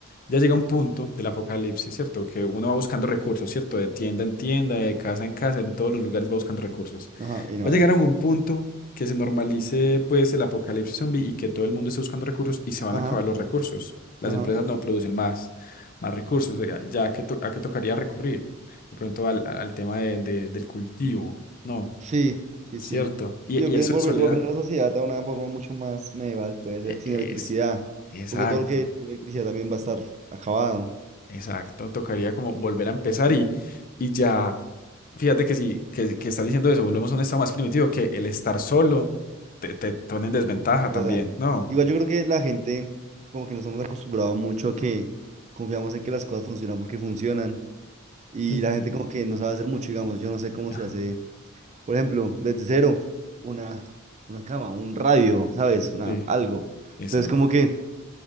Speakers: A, on the left; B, on the right.
A: ya llega un punto del apocalipsis, ¿cierto? Que uno va buscando recursos, ¿cierto? De tienda en tienda, de casa en casa, en todos los lugares va buscando recursos.
B: Ajá, y no
A: Va a
B: hay.
A: llegar a un punto que se normalice pues el apocalipsis zombie y que todo el mundo esté buscando recursos y se van
B: Ajá,
A: a acabar los recursos. Las
B: ajá.
A: empresas no producen más, más recursos, o sea, ya a qué, to- a qué tocaría recurrir. De pronto al, al tema de- de- del cultivo, ¿no?
B: Sí, sí,
A: ¿Cierto?
B: sí.
A: Y,
B: Yo
A: y
B: creo
A: eso
B: que volver,
A: en soledad.
B: volver a la sociedad a una forma mucho más medieval, puede ser,
A: E-
B: sin
A: Es,
B: electricidad,
A: exacto.
B: porque todo lo que tiene electricidad también va a estar acabado.
A: Exacto, tocaría como volver a empezar y, y ya, fíjate que si que, que estás diciendo eso, volvemos a un estado más primitivo, que el estar solo te, te pone en desventaja
B: ¿Verdad?
A: también, ¿no?
B: Igual yo creo que la gente, como que nos hemos acostumbrado mucho a que confiamos en que las cosas funcionan porque funcionan. Y
A: Ujú.
B: la gente como que no sabe hacer mucho, digamos, yo no sé cómo
A: Ajá,
B: se hace, por ejemplo, desde cero, una, una cama, un radio, ¿sabes? Una,
A: sí,
B: algo.
A: exacto,
B: Entonces como que